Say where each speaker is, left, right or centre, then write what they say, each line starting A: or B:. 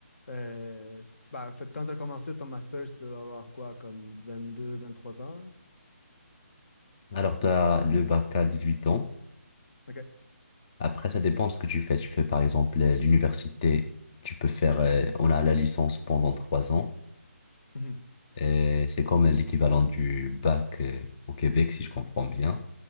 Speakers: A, on the left; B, on the left.
A: euh, ben, en fait, quand tu as commencé ton master, tu devais avoir quoi, comme vingt-deux, vingt-trois ans?
B: Alors, tu as le bac à dix huit ans.
A: Ok.
B: Après, ça dépend de ce que tu fais. Tu fais par exemple euh, l'université. Tu peux faire. euh, on a la licence pendant trois ans.
A: Mhm.
B: Et c'est comme l'équivalent du bac euh, au Québec, si je comprends bien.